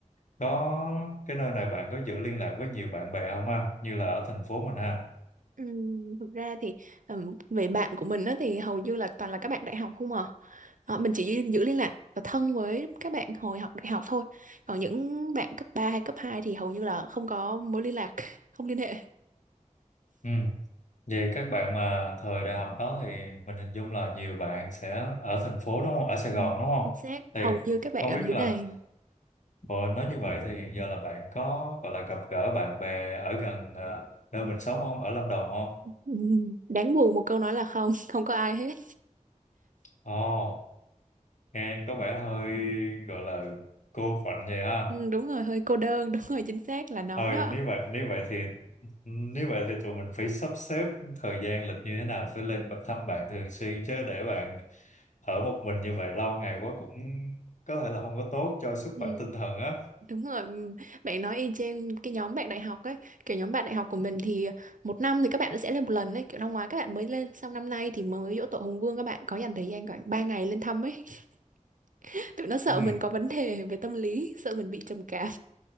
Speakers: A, on the left; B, on the right.
A: có cái nơi này bạn có giữ liên lạc với nhiều bạn bè không ha như là ở thành phố mình ha
B: Ừm, thực ra thì ừm, về bạn của mình á, thì hầu như là toàn là các bạn đại học không à Ờ, mình chỉ giữ giữ liên lạc và thân với các bạn hồi học đại học thôi còn những bạn cấp 3 hay cấp 2 thì hầu như là không có mối liên lạc <laughs> không liên hệ
A: ừ. Vậy các bạn mà thời đại học đó thì mình hình dung là nhiều bạn sẽ ở thành phố đúng không ở Sài
B: Ừ.
A: Gòn đúng không
B: chính xác hầu
A: thì
B: như các bạn
A: không
B: ở
A: biết
B: dưới
A: là
B: này
A: ờ, nói như vậy thì giờ là bạn có gọi là gặp gỡ bạn bè ở gần à, nơi mình sống không ở Lâm Đồng không
B: ừm, đáng buồn một câu nói là không <laughs> không có ai hết
A: Ồ nghe có vẻ hơi gọi là cô khoạnh vậy ha
B: Ừ, đúng rồi hơi cô đơn <laughs> đúng rồi chính xác là nó
A: thôi
B: đó
A: nếu vậy nếu vậy thì nếu vậy thì tụi mình phải sắp xếp thời gian lịch như thế nào sẽ lên bạn- thăm bạn thường xuyên chứ để bạn ở một mình như vậy lâu ngày quá cũng có thể là không có tốt cho sức
B: Ừ.
A: khỏe tinh thần á
B: Đúng rồi, ừm, bạn nói y chang cái nhóm bạn đại học ấy, kiểu nhóm bạn đại học của mình thì một năm thì các bạn sẽ lên một lần đấy kiểu năm ngoái các bạn mới lên, xong năm nay thì mới giỗ tổ Hùng Vương các bạn có dành thời gian khoảng 3 ngày lên thăm ấy. <laughs> Tụi nó sợ
A: ừ,
B: mình có vấn đề về tâm lý, sợ mình bị trầm cảm.